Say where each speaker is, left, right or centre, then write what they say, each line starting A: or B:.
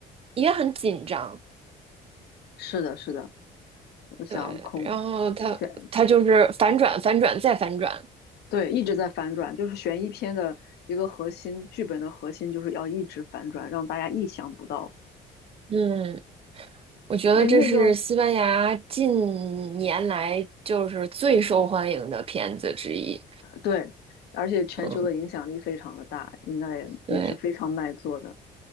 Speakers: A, on the right; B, on the left.
A: 也很紧张。
B: 是的，是的。我想空
A: 对，然后它它就是反转、
B: 选
A: 反转再反转。
B: 对，一直在反转，就是悬疑片的一个核心，剧本的核心就是要一直反转，让大家意想不到。
A: 嗯。我觉得这是西班牙近年来就是最受欢迎的片子之一。
B: 哎，那个对，而且全球的影响力非常的大，
A: 嗯，
B: 应该也也是非常卖座的。
A: 对，